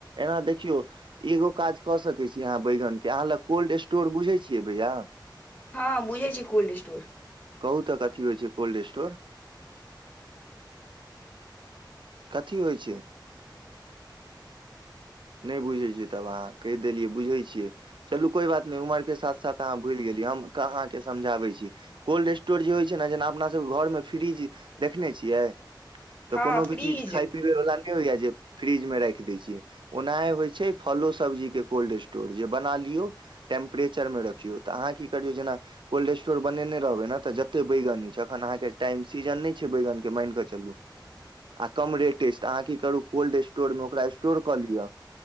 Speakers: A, on the right (about 80°); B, on the left (about 20°).
A: एना देखियौ। एगो काज कऽ सकै छी अहाँ बैगने के अहाँ ला कोल्ड स्टोर बुझै छियै भैया
B: हँ बुझै छी कोल्ड स्टोर
A: कहू तक कथी होइ छै कोल्ड स्टोर कथी होइ छै नय बुझै छियै तब अहाँ कहि देलियै बुझै छियै चलू कोई बात नय उमर के साथ साथ तैं आ भूइल गेलिय हम अहाँ के समझाबै छी कोल्ड स्टोर जे होइ छै ना जेना अपना सबके घरमे फ्रिज देखने छियै तऽ
B: हँ
A: कोनो
B: फ्रिज
A: भी चीज खाय पीबै वला न नै होया जे फ्रिज में राइख दै छियै ओनैह होइ छै फलो सब्जी के कोल्ड स्टोर जे बना लियौ टेम्परेचर में रखियो त आहाॅं कि करियो जेना कोल्ड स्टोर बनेने रहबै न तऽ जते बैगन अछि अखन अहाँके टाइम सीजन नै छै बैगनके माइन कऽ चलू आ कम रेट ऐछ त अहाँ कि करु कोल्ड स्टोरम ओकरा स्टोर कऽ लिय